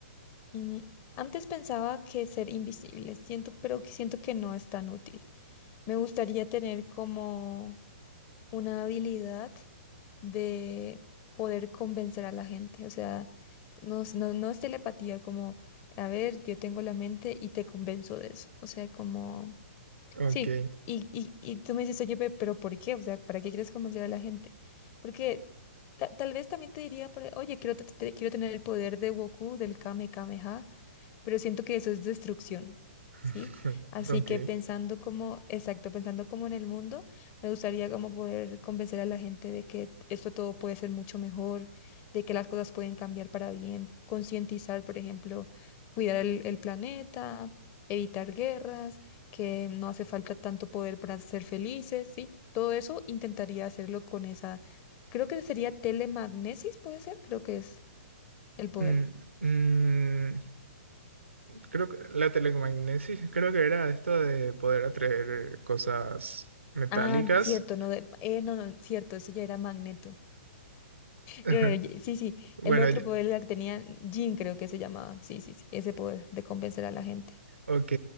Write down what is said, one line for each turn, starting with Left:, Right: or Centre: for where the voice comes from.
Left: mm, antes pensaba que ser invisible, siento, pero que siento que no es tan útil. Me gustaría tener como una habilidad de poder convencer a la gente, o sea, no, es- no, no es telepatía, como, a ver, yo tengo la mente y te convenzo de eso, o sea, como
Right: Ujú,
Left: Sí,
Right: Ok.
Left: y, y, y tú me dices, oye, pe- pero ¿por qué? O sea, ¿para qué quieres convencer a la gente? Porque ta- tal vez también te diría, por e- oye, quiero, te- te- quiero tener el poder de Goku, del Kame Kameha, pero siento que eso es destrucción,
Right: <laughs>
Left: ¿sí? Así
Right: Ok.
Left: que pensando como, exacto, pensando como en el mundo, me gustaría como poder convencer a la gente de que esto todo puede ser mucho mejor, de que las cosas pueden cambiar para bien, concientizar, por ejemplo, cuidar el, el planeta, evitar guerras, que no hace falta tanto poder para ser felices, ¿sí? Todo eso intentaría hacerlo con esa, creo que sería telemagnesis, puede ser, creo que es el poder.
Right: Mm, mm, Creo que la telecomagnesis, creo que era esto de poder atraer cosas metálicas.
Left: Ah, cierto, no, de- eh, no, no, cierto, eso ya era Magneto.
Right: <laughs>
Left: No, no, ya- sí, sí,
Right: Bueno,
Left: el otro poder la que tenía Jean, creo que se llamaba. Sí, sí, sí, ese poder de convencer a la gente.
Right: Ok,